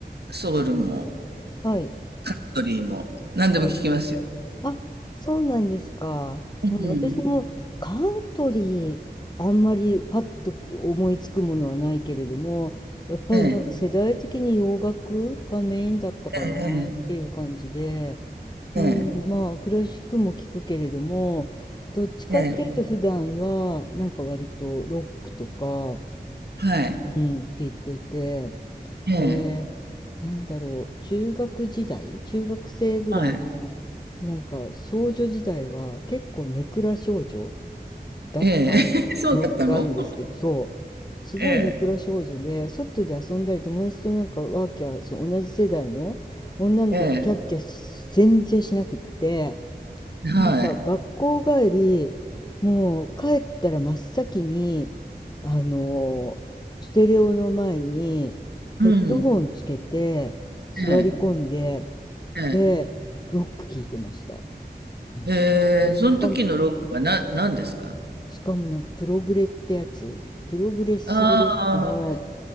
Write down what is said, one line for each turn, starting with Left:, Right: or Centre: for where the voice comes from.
Right: ソウルも
Left: はい、
Right: カントリーも何でも聞きますよ。
Left: はい。あ、そうなんですか。
Right: うん。
Left: うん、私もカントリー、あんまりパッと思いつくものはないけれども、やっぱりなんか世代的に洋楽がメインだったかなっていう感じで、
Right: ええ、ええ、
Left: うん、
Right: ええ、
Left: まあクラシックも聞くけれども、どっちかっていうと普段はなんか割とロックとか、
Right: ええ、ええはい、
Left: うん、聞いてて、
Right: ええ、
Left: で、なんだろう、中学時代、中学生ぐらいの、
Right: はい、
Left: なんか少女時代は結構ネクラ少女だった記憶があるんですけど、
Right: ええ、<laughs> そうだったの
Left: そう、すごいネクラ少女で、
Right: ええ、
Left: 外で遊んだり友達となんかワーキャー、その同じ世代の女の子とキャッキャし全然しなくって、
Right: ええ、はい、
Left: なんか学校帰り、もう帰ったら真っ先に、あのステレオの前にヘッドホンつけて座り込んで、
Right: うん、ええ、ええ、
Left: で、ロック聞いてました。なんか。
Right: ええ、
Left: で、
Right: その時のロックはな、
Left: しかも、
Right: 何ですか
Left: しかもなんかプログレってやつ、プログレッシブロックの、
Right: あ